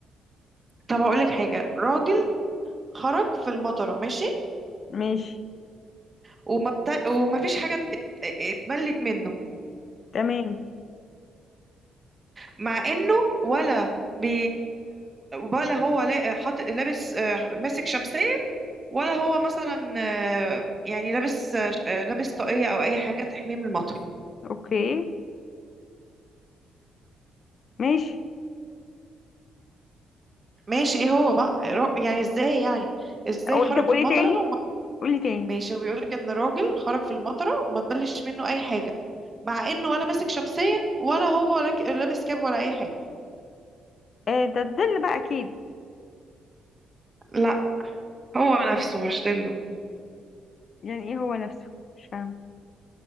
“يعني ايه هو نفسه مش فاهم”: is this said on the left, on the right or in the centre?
Left